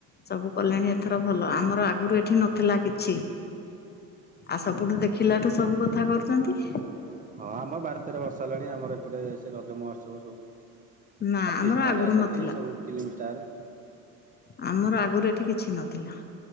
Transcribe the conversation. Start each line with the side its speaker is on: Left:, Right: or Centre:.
Left: ସବୁ କଲେଣି ଏଥର ଭଲ, ଆମର ଆଗରୁ ଏଠି ନଥିଲା କିଛି। ଆ ସବୁଠୁ ଦେଖିଲାଠୁ ସବୁ କଥା କରୁଛନ୍ତି।
Right: ହଁ ଆମ ବାର ତେର ବର୍ଷ ହେଲାଣି ଆମର ଏପଟେ ସେ ରଜ ମହୋତ୍ସବ ସବୁ
Left: ନା
Right: ଆଟିଷ୍ଟ
Left: ଆମର
Right: ମାନେ
Left: ଆଗରୁ
Right: ଆସନ୍ତି
Left: ନଥିଲା।
Right: ସବୁ ଫିଲ୍ମ ଷ୍ଟାର୍।
Left: ଆମର ଆଗରୁ ଏଠି କିଛି ନଥିଲା।